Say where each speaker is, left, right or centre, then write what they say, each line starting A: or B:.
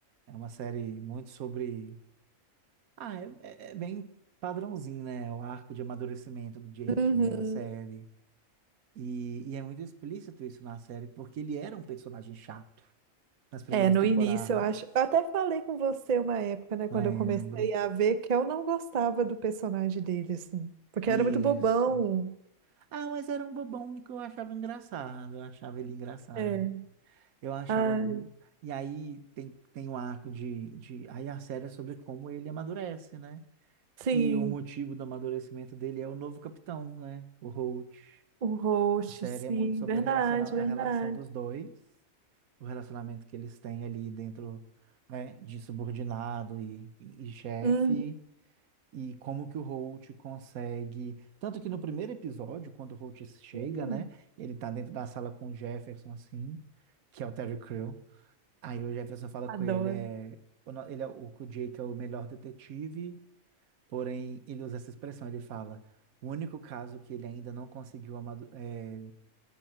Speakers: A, on the right; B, on the right.
A: É uma série muito sobre. Ah, é, é- é bem padrãozinho, né? O arco de amadurecimento do Jake,
B: Uhum.
A: né? A série. E, e é muito explícito isso na série, porque ele era um personagem chato nas primeiras
B: É, no
A: temporadas.
B: início eu acho. Eu até falei com você uma época, né,
A: Lembro.
B: quando eu comecei a ver que eu não gostava do personagem dele, assim. Porque
A: Isso.
B: era muito bobão.
A: Ah, mas era um bobão que eu achava engraçado. Eu achava ele engraçado.
B: É.
A: Eu achava.
B: Ah,
A: mu- E aí tem, tem um arco de, de. Aí a série é sobre como ele amadurece, né?
B: sim,
A: E o motivo do amadurecimento dele é o novo capitão, né? O Holt.
B: o host,
A: A série
B: sim,
A: é muito sobre
B: verdade,
A: o relaciona... a
B: verdade.
A: relação dos dois, o relacionamento que eles têm ali dentro, né? De subordinado e, e e chefe.
B: Uhum.
A: e como que o Holt consegue. Tanto que no primeiro episódio, quando o Holt chega,
B: Hum,
A: né? Ele tá dentro da sala com o Jefferson, assim, que é o Terry Crew. Aí o Jefferson fala
B: adoro.
A: com ele, é, o no- ele é o, que o Jake é o melhor detetive, porém ele usa essa expressão, ele fala. O único caso que ele ainda não conseguiu amadu- é,